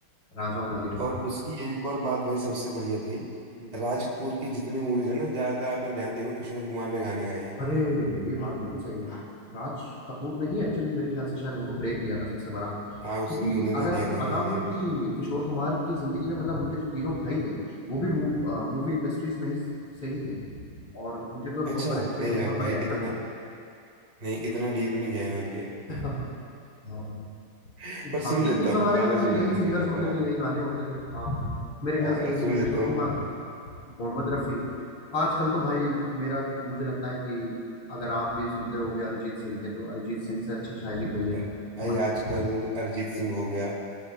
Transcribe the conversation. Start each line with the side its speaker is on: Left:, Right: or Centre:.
Left: राजाओं वाली बात
Right: और उसकी एक और बात भाई सबसे बढ़िया थी
Left: हम्म।
Right: राज कपूर की जितनी मूवीज है ना ज्यादातर आपने ध्यान दिया होगा किशोर कुमार ने गाने गाए हैं
Left: अरे ये बात बिल्कुल सही है राज कपूर ने ही एक्चुअली मेरे ख्याल से शायद उनको ब्रेक दिया था सबसे बड़ा
Right: हाँ
Left: क्योंकि
Right: उसी उन्होंने
Left: अगर
Right: दिया
Left: आपको
Right: था उन्होंने
Left: पता
Right: दिया
Left: हो कि
Right: था
Left: किशोर कुमार की जिंदगी में मतलब उनके जो तीनों भाई थे वो भी मूव, अ, मूवी इंडस्ट्रीज में ही से ही थे और उनके जो
Right: अच्छा
Left: दो बड़े भाई
Right: नहीं
Left: थे
Right: यार
Left: बहुत बड़े
Right: भाई
Left: एक्टर
Right: इतना
Left: थे
Right: नहीं इतना डीप नहीं गया मैं उनके
Left: हम्म। हाँ।
Right: <laughs> पर
Left: बाकी
Right: सुन लेता
Left: उस जमाने
Right: हूँ गाने
Left: में तो खैर
Right: सुन लेता
Left: यही सिंगर्स
Right: हूँ किशोर
Left: होते
Right: कुमार
Left: थे
Right: के
Left: यही गाने होते थे हाँ मेरे ख्याल
Right: हाँ,
Left: से कि
Right: सुन
Left: किशोर
Right: लेता हूँ
Left: कुमार मोहम्मद रफी आजकल तो भाई मेरा मुझे लगता है कि अगर आप भी सुनते होगे अरिजीत सिंह के तो अरिजीत सिंह से अच्छा शायद ही कोई है
Right: अर- भाई
Left: हमारे
Right: आजकल अरिजीत सिंह हो गया